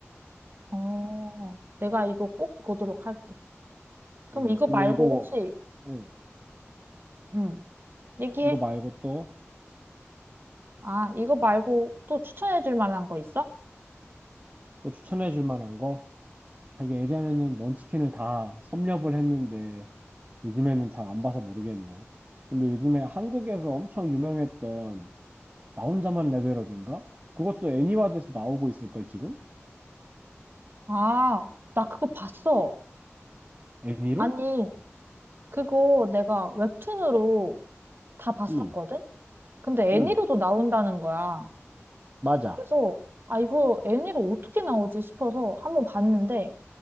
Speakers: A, on the right; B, on the right.
A: 어, 내가 이거 꼭 보도록 할게. 그럼
B: 음,
A: 이거
B: 근데
A: 말고
B: 이거
A: 혹시,
B: 음,
A: 응, 얘기해.
B: 이거 말고 또
A: 아, 이거 말고 또 추천해 줄 만한 거 있어?
B: 또 추천해 줄 만한 거? 아, 이게 예전에는 먼치킨을 다 섭렵을 했는데 요즘에는 잘 안 봐서 모르겠네. 근데 요즘에 한국에서 엄청 유명했던 나 혼자만 레벨업인가? 그것도 애니화돼서 나오고 있을걸 지금?
A: 아, 나 그거 봤어.
B: 애니로?
A: 아니, 그거 내가 웹툰으로 다 봤었거든?
B: 응.
A: 근데
B: 응,
A: 애니로도 나온다는 거야.
B: 맞아.
A: 그래서, 아, 이거 애니로 어떻게 나오지 싶어서 한번 봤는데,